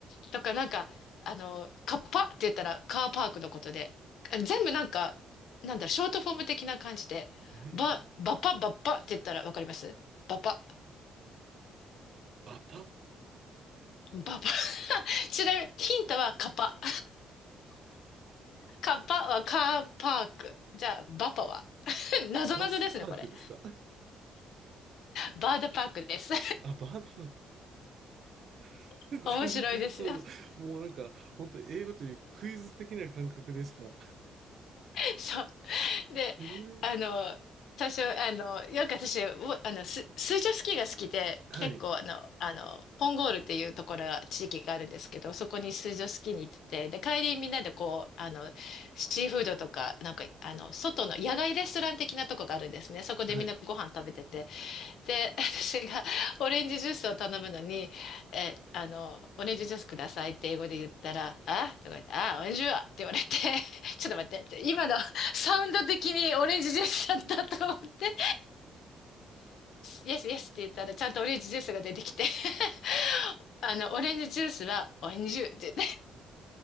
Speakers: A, on the left (about 75°); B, on the right (about 60°).
A: とかなんか、あの、カッパって言ったらカーパークのことで、全部なんか、なんだろ、ショートフォーム的な感じで、
B: えー、
A: ば、ばっぱばっぱって言ったらわかりますばっぱ。
B: バパ、
A: ばぱ。<laughs> ちなみにヒントはカッパ。カッパはカーパーク。じゃあ、バッパは <laughs> なぞなぞ
B: バスパークですか
A: <laughs> ですね、これ。
B: <laughs>
A: バードパークです。
B: あ、バードパーク。<laughs>
A: <laughs> 面白いです。
B: 全然そうだ。もうなんか、本当英語というクイズ的な感覚ですか
A: <laughs> そう。で、
B: えー、
A: あの、最初、あの、よく私、おあの、す水上スキーが好きで、
B: はい。
A: 結構、あの、あの、ポンゴールっていうところが、地域があるんですけど、そこに水上スキーに行ってて、で、帰りみんなでこう、あの、シーフードとか、なんか、あの、外の野外レストラン的なとこがあるんですね。そこでみんなご飯食べてて、
B: はい。
A: で、<laughs> 私がオレンジジュースを頼むのに、え、あの、オレンジジュースくださいって英語で言ったら、あとか言って、あ、オレンジジュースって言われて、<laughs> ちょっと待って、今のサウンド的にオレンジジュースだったと思って、イエスイエスって言ったら、ちゃんとオレンジジュースが出てきて、<laughs> あの、オレンジジュースはオレンジジュースって言って、